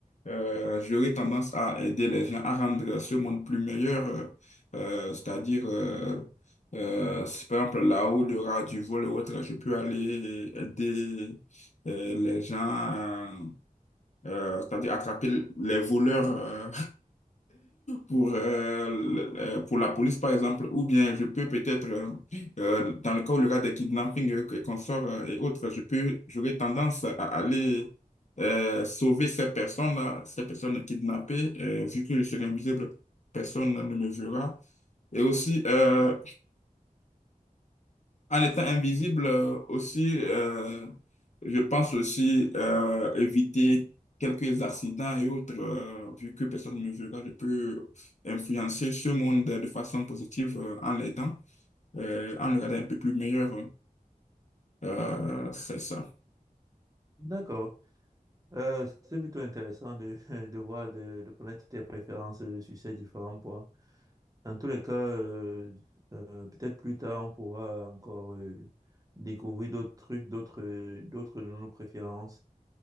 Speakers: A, on the left (about 50°); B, on the right (about 25°).
A: euh, j'aurais tendance à aider les gens à rendre ce monde plus meilleur. euh, euh, c'est-à-dire, euh, euh, si par exemple, là où il y aura du vol ou autre, je peux aller aider euh, les gens, euh, euh, c'est-à-dire attraper les voleurs euh, pour, euh, le- euh, pour la police, par exemple, ou bien je peux peut-être, euh, euh, dans le cas où il y aura des kidnappings euh, que- qu'on sort euh, et autres, je peux, j'aurais tendance à aller euh, sauver ces personnes-là, ces personnes kidnappées, euh, vu que je serai invisible, personne ne me verra. Et aussi, euh, en étant invisible euh, aussi, euh, je pense aussi euh, éviter quelques accidents et autres, euh, vu que personne ne me verra, je peux influencer ce monde de façon positive euh, en l'aidant, euh, en le rendant un peu plus meilleur. euh, c'est ça.
B: D'accord. Euh, c'est plutôt intéressant de, <laughs> de voir, de, de connaître tes préférences euh, sur ces différents points. Dans tous les cas, euh, euh, peut-être plus tard, on pourra encore euh, découvrir d'autres trucs, d'autres, euh, d'autres de nos préférences.